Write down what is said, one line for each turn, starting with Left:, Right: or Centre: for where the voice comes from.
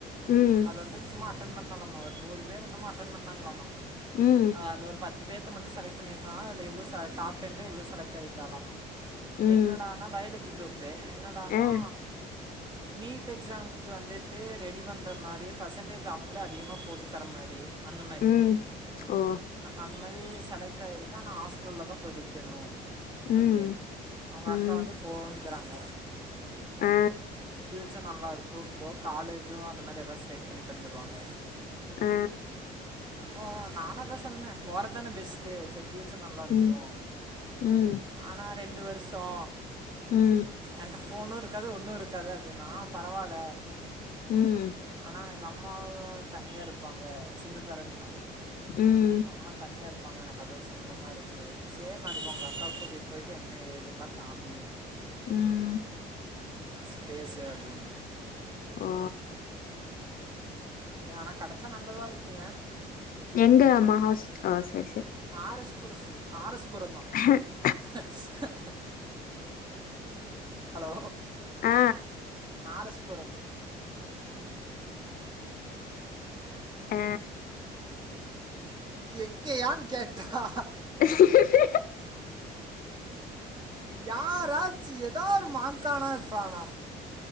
Left: ம்
Right: அத வந்து சும்மா அட்டென்ட் பண்ணலாமா ஒரு நூறு பேர் என்னமோ அட்டென்ட் பண்ணாங்களாமா
Left: ம்
Right: அ அதுல ஒரு பத்து பேத்த மட்டு செலக்ட் பண்ணிருக்காங்க இதுல இவ்ளு டாப் டென்ல இவ்ளு செலக்ட் ஆயிட்டாலாமா
Left: ம்
Right: என்னடானா பயாலஜி குரூப்பு என்னடனா
Left: ஆ <inaudible>
Right: நீட் எக்ஸாம்க்கு வந்துட்டு ரெடி பண்ற மாரி பர்சன்டேஜ் அவுங்களே அதிகமா போட்டு தர மாரி அந்த மாரி
Left: ம் ஓ
Right: அந்த மாரி செலெக்ட் ஆயிருக்கா நா ஹாஸ்டல்ல தா படிக்கணு அப்டின்
Left: ம்
Right: அவுங்க
Left: ம்
Right: அக்கா வந்து போங்குறாங்க
Left: ஆ
Right: ஃப்யூச்சர் நல்லாருக்கு இப்போ காலேஜு அந்த மாரி எதாவது செலக்ட் பண்ணி தந்துருவாங்க
Left: ஆ
Right: ஓ நானோ அதா சொன்ன போறது தான பெஸ்ட்டு சேர் ஃபியூ ச்சர் நல்லாருக்கு
Left: ம் ம்
Right: ஆனா ரெண்டு வருஷோ
Left: ம்
Right: என்ட போனு இருக்காது ஒண்ணு இருக்காது அப்டின்னா பரவால
Left: ம்
Right: ஆனா எங்க அம்மா வா தனியா இருப்பாங்க சிங்கிள் பேரன்ட் தா
Left: ம்
Right: அம்மா தனியா இருப்பாங்க எனக்கு அது ஒரு சங்கடமா இருக்கு சேரி நாளிக்கு உங்க அக்காவ கூட்டிட் போயிட்டு என்ன ஏதுனா காமி
Left: ம்
Right: செரி பேசு அப்டின்ன
Left: ஓ
Right: <unintelligible> ஆனா கடைச்சா நல்லதா இருக்கும் யா
Left: எங்க அம்மா ஹாஸ் ஹ சரி சரி
Right: ஆர் எஸ் புரொ சார் ஆர்எஸ்புரம் தான்.
Left: <unintelligible>
Right: <unintelligible> ஹலோ
Left: ஆ
Right: ஆர் எஸ் புறம்
Left: ஆ
Right: எங்க யான் கேட்டா
Left: <unintelligible>
Right: யாராச்ச ஏதா ஒரு மாங்கானாப்பானா